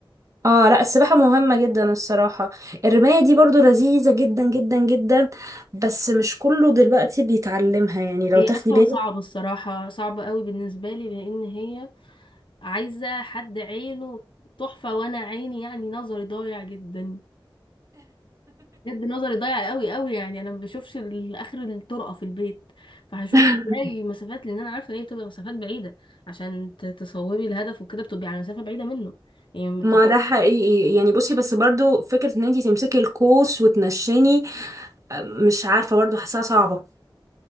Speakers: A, on the right (about 35°); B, on the left (about 70°).
A: اه لا السباحة مهمة جدا الصراحة الرماية دي برضو لذيذة جدا جدا جدا بس مش كله دلوقتي بيتعلمها يعني لو
B: هي
A: تاخدي
B: اصلا
A: بالك
B: صعبه الصراحه صعبه قوي بالنسبه لي لان هي عايزه حد عينه تحفه وانا عيني يعني نظري ضايع جدا بجد نظري ضايع قوي قوي يعني انا ما بشوفش ال- اخر الطرقه في البيت فهشوف
A: <laughs>
B: ازاي مسافات لان انا عارفه ان هي بتبقى مسافات بعيده عشان ت- تصوبي الهدف وكده بتبقي على مسافه بعيده منه يعني
A: ما ده حقيقي يعني بصي بس برضو فكرة ان انتي تمسكي القوس وتنشني آه، مش عارفة برضو حاساها صعبة